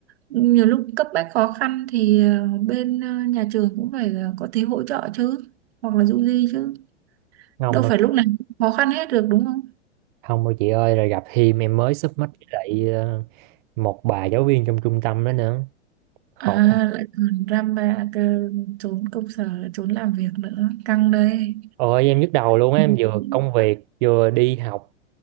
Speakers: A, on the right; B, on the right.
A: nhiều lúc cấp bách khó khăn thì ờ, bên ờ, nhà trường cũng phải ờ, có tí hỗ trợ chứ hoặc là du di chứ
B: không
A: đâu
B: đâu
A: phải lúc nào cũng khó khăn hết được đúng không?
B: không đâu chị ơi rồi gặp thêm em mới sub mắt với lại ờ, một bà giáo viên trong trung tâm đó nữa khổ
A: À, lại còn drama cơ, trốn công sở, trốn làm việc nữa. Căng đây.
B: ôi em nhức đầu luôn á
A: Ừ.
B: em vừa công việc vừa đi học